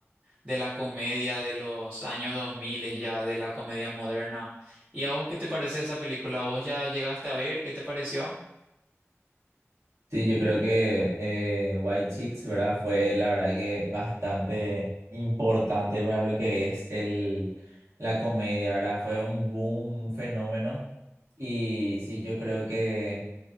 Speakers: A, on the right; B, on the right.
A: de la comedia de los años 2000, ya de la comedia moderna. ¿Y a vos qué te parece esa película? ¿Vos ya llegaste a ver? ¿Qué te pareció?
B: Sí, yo creo que eh, White Chicks, ¿verdad? Fue la verdad que bastante importante para lo que es el, la comedia, ¿verdad? Fue un boom, un fenómeno. Y sí, yo creo que